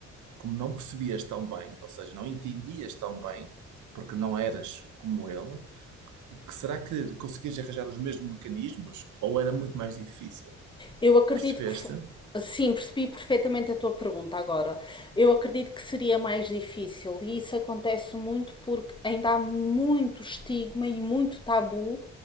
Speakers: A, on the right; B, on the left.
A: como não percebias tão bem, ou seja, não entendias tão bem, porque não eras como ele, que será que conseguias arranjar os mesmos mecanismos ou era muito mais difícil?
B: eu acredito
A: Percebeste?
B: que. Sim, percebi perfeitamente a tua pergunta agora. Eu acredito que seria mais difícil e isso acontece muito porque ainda há muito estigma e muito tabu